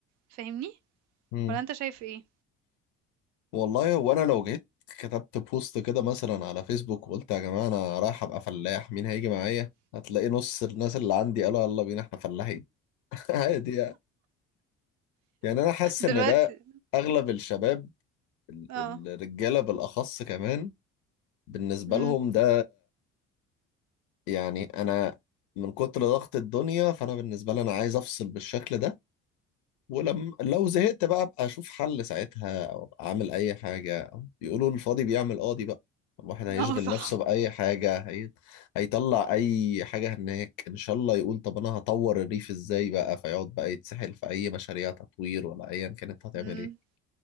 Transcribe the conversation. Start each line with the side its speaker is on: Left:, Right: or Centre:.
Right: فاهمني؟
Left: مم.
Right: والّا أنت شايف إيه؟
Left: والله هو أنا لو جيت كتبت بوست كده مثلا على فيسبوك وقلت يا جماعة أنا رايح أبقى فلاح مين هيجي معايا هتلاقي نص الناس اللي عندي قالوا يلا بينا احنا فلاحين <laughs> عادي يعني يعني أنا حاسس إن
Right: دلوقتي
Left: ده أغلب الشباب ال-
Right: آه.
Left: الرجالة بالأخص كمان بالنسبة
Right: إمم.
Left: لهم ده يعني أنا من كتر ضغط الدنيا فأنا بالنسبة لي أنا عايز أفصل بالشكل ده ولما لو زهقت بقى ابقى اشوف حل ساعتها او ابقى اعمل اي حاجه أو بيقولوا الفاضي بيعمل قاضي بقى الواحد هيشغل
Right: <laughs> آه صح.
Left: نفسه باي حاجه هي... هيطلع اي حاجه هناك ان شاء الله يقول طب انا هطور الريف ازاي بقى فيقعد بقى يتسحل في اي مشاريع تطوير ولا ايا كانت هتعمل
Right: إمم.
Left: ايه